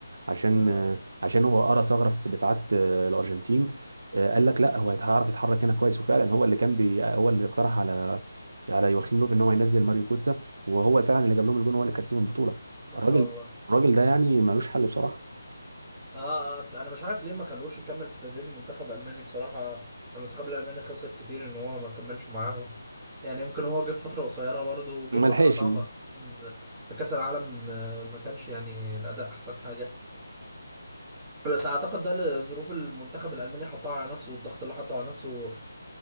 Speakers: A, on the right (about 65°); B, on the right (about 20°).
A: عشان
B: اه
A: آه، عشان هو قرا ثغره في دفاعات آه، الارجنتين آه، قال لك لا هو
B: مم،
A: هيعرف يتحرك هنا كويس وفعلا هو اللي كان بي هو اللي اقترح على على يواخيم لوف ان هو ينزل ماريو جوتسا وهو فعلا اللي جاب لهم الجون هو اللي كسبهم البطوله
B: ما
A: الراجل
B: شاء الله
A: الراجل ده يعني ملوش حل بصراحه
B: اه آه، انا مش عارف ليه ما خلوش يكمل في تدريب المنتخب الالماني بصراحه المنتخب الالماني خسر كتير ان هو ما كملش معاهم يعني يمكن هو جه في فتره قصيره برضه وجه
A: ما
B: فتره
A: لحقش
B: صعبه اصلا في كاس العالم آه، ما كانش يعني الاداء احسن حاجه بس اعتقد ده لظروف المنتخب الالماني حطها على نفسه والضغط اللي حطه على نفسه